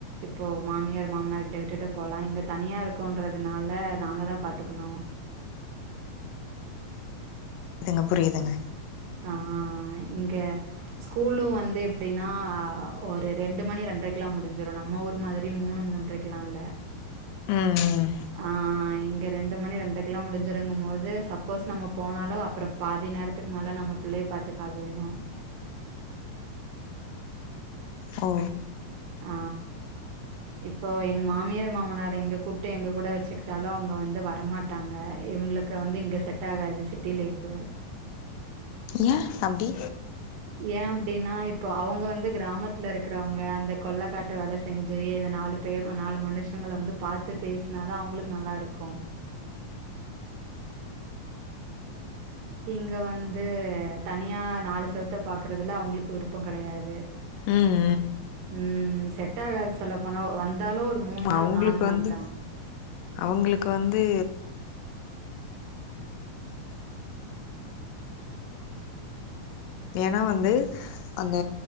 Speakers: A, on the right; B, on the left.
A: இப்போ மாமியார் மாமனார்கிட்ட விட்டுட்டு போலா இங்க தனியா இருக்கோன்றதுனால நாங்க தா பாத்துக்கணு
B: துங்க புரிதுங்க
A: ஆ இங்க ஸ்கூலு வந்து எப்டின்னா ஒரு ரெண்டு மணி ரெண்ரைக்கெல்லா முடிஞ்சிடு நம்ம ஊர் மாதிரி மூணு மூன்ரைக் கிலா இல்ல
B: ம் ம்
A: ஆ இங்க ரெண்டு மணி ரெண்ரை க்குலா முடிஞ்சிருங்கு போது சப்போஸ் நம்ம போனாலு அப்றோ பாதி நேரத்துக்கு மேல நம்ம பிள்ளைய பாத்துக்க ஆள் வேணு
B: ஓ
A: ஆ இப்போ எங்க மாமியார் மாமனார் இங்க கூப்ட்டு எங்க கூட வச்சுக்கிட்டாலு அவங்க வந்து வரமாட் ட்டாங்க இவங்களுக்கு வந்து இங்க செட் ஆகாது சிட்டி லைஃப்பு
B: ஏ அப்டி
A: ஏ அப்டின்னா இப்போ அவங்க வந்து கிராமத்துல இருக்கறவங்க அந்த கொள்ளக்காட்டு வேல செஞ்சு இந்த நாலு பெரு நாலு மனுஷங்கள வந்து பார்த்து பேசினாதா அவங்களுக்கு நல்லா இருக்கு இங்க வந்து தனியா நாலு செவத்த பாக்கறதுல அவங்களுக்கு விருப்பம் கிடையாது
B: உம்
A: உம் செட் ஆகாது சொல்ல போனா வந்தாலு ஒரு மூணு நாள்
B: அவங்களுக்கு
A: நாலு நாள்
B: வந்து
A: தா
B: அவங்களுக்கு வந்து ஏன்னா வந்து அந்த